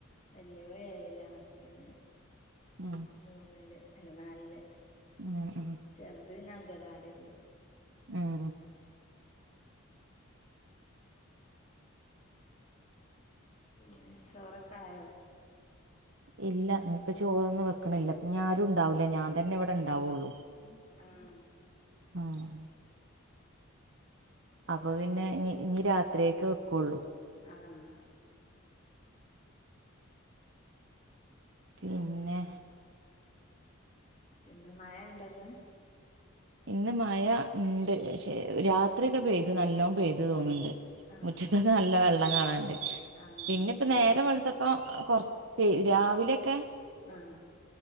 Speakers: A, on the left (about 35°); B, on the right (about 60°).
A: വെല്ലിയോന് ഏഴിലാ മറ്റോന്
B: ഉം
A: മൂന്നില് അല്ലാ നാലില്
B: ഉം ഉം
A: ചെറുത് പിന്നെ അംഗന് ഗൻവാടി പോവും
B: ഉം ഹം
A: പിന്നെ ചോറൊക്കായോ
B: ഇല്ല ഇനിപ്പോ ചോറൊന്നും വെക്ക്ണില്ലാ ഇപ്പഞ്ഞി ആരും ഉണ്ടാവില്ലാ ഞാൻ തന്നെ ഇബടെ ഉണ്ടാവുള്ളൂ
A: <unintelligible>
B: ആഹ് അപ്പൊ പിന്നെ നി നി രാത്രിയക്കെ വെക്കുള്ളൂ
A: ആഹ്
B: പിന്നെ
A: പിന്നെ മയ ഇണ്ടോന്ന്
B: ഇന്ന് മഴ ഇണ്ട് പഷേ രാത്രിയൊക്കെ പെയ്ത് നല്ലോം പെയ്തു തോന്ന്ണ്ട്
A: ആഹ്
B: മുറ്റത്ത് നല്ല വെള്ളം കാണാണ്ട്
A: ആഹ്
B: പിന്നെ ഇപ്പൊ
A: ഇവിടെ
B: നേരം
A: അങ്ങനെ
B: വെളുത്തപ്പൊ പെയ് രാവിലെയൊക്കെ
A: ആഹ്